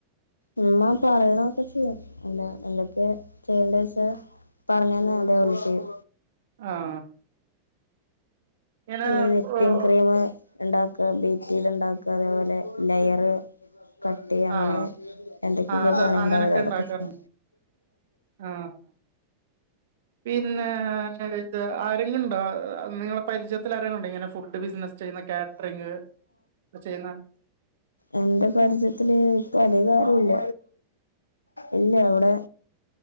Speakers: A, on the left; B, on the right.
A: ഉമ്മ പറയണൊക്കെ ചെയ്യും അല്ല എന്തൊക്കെയ ചെയ്യണ്ട വച്ച പറഞ്ഞ തന്ന് അതേപോലെ ചെയ്യും
B: ആഹ് ഇങ്ങനെ
A: ഈ വിപ്പിങ്
B: ആഹ്
A: ക്രീമ് ഉണ്ടാക്കുക ബീറ്റെയ്ത്ണ്ടാക്ക അതേപോലെ ലയറ് കട്ടെയ്യ അങ്ങനെ
B: ആഹ്
A: എന്തൊക്കെയൊക്കെ
B: അത്
A: പണിണ്ടാവല്ലോ
B: അങ്ങനൊക്കെ
A: അതൊക്കെ
B: ഉണ്ടാക്കാറുണ്ട്
A: ചെയ്യ
B: ആഹ് പിന്നേ ഇത് ആരെങ്കിണ്ടോ നിങ്ങളെ പരിചയത്തിൽ ആരങ്ങുണ്ടോ ഇങ്ങനെ ഫുഡ് ബിസിനസ്സ് ചെയ്യുന്ന കാറ്ററിങ് ചെയ്യുന്ന
A: എന്റെ പരിചയത്തില് ഇപ്പൊ അധികാരുല്ല ഇല്ല വടെ